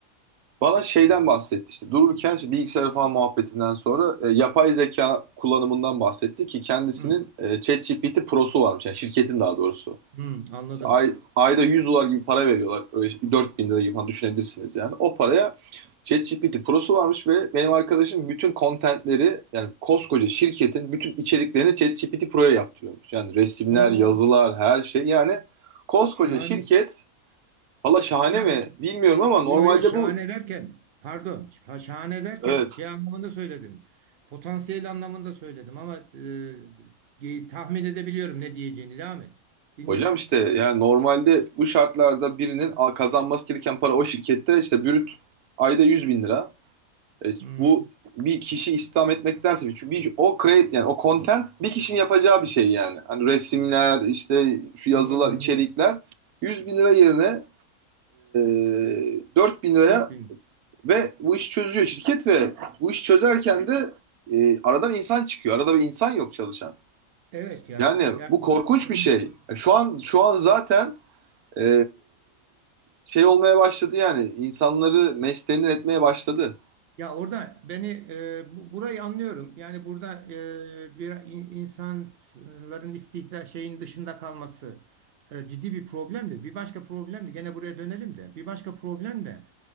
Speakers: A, on the right; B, on the right.
A: Bana şeyden bahsetti işte dururken işte bilgisayar falan muhabbetinden sonra e, yapay zeka kullanımından bahsetti ki kendisinin
B: hı,
A: e, ChatGPT Pro'su varmış yani şirketin daha doğrusu.
B: hı, anladım.
A: İşte ay, ayda 100 dolar gibi para veriyorlar öyle şey, dört bin lira gibi falan düşünebilirsiniz yani. O paraya ChatGPT Pro'su varmış ve benim arkadaşım bütün contentleri yani koskoca şirketin bütün içeriklerini ChatGPT Pro'ya yaptırıyormuş. Yani resimler,
B: O
A: yazılar, her şey yani koskoca
B: şahane.
A: şirket valla şahane
B: Sadece.
A: mi bilmiyorum ama normalde
B: Yo yo şahane
A: bu
B: derken pardon şa- şahane derken
A: evet,
B: şey anlamında söyledim. Potansiyel anlamında söyledim ama e, ge- tahmin edebiliyorum ne diyeceğini. Devam et. Dinliyorum.
A: Hocam işte yani normalde bu şartlarda birinin a- kazanması gereken para o şirkette işte brüt ayda 100 bin lira. E,
B: Hı hı.
A: bu bir kişi istihdam etmektense çünkü bir, o create yani o content bir kişinin yapacağı bir şey yani. Hani resimler işte şu yazılar
B: Anladım anladım.
A: içerikler 100 bin lira yerine e, 4 bin liraya
B: dört bin.
A: ve bu işi çözüyor şirket ve bu işi çözerken de e, aradan insan çıkıyor. Arada bir insan yok çalışan.
B: Evet ya.
A: Yani
B: Yani
A: bu korkunç
B: Hı hı.
A: bir şey. Şu an şu an zaten e, şey olmaya başladı yani insanları meştenir etmeye başladı.
B: Ya orada beni e, bu- burayı anlıyorum. Yani burada e, bir in- insanların istihdam şeyin dışında kalması e, ciddi bir problem de. Bir başka problem de gene buraya dönelim de. Bir başka problem de